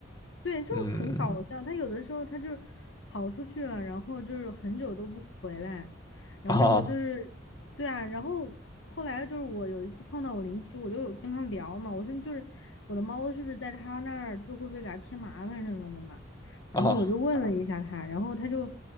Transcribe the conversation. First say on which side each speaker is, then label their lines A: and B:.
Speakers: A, on the left; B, on the left.
A: 对，就是很搞笑。
B: 嗯，
A: 他有的时候他就是跑出去了，然后就是很久都不回来，然后就是，
B: 啊。
A: 对啊，然后后来就是我有一次碰到我邻居，我就有跟他聊嘛，我说就是我的猫是不是在他那儿就会不会给他添麻烦什么的嘛，
B: 啊，
A: 然后我就问了一下他，然后他就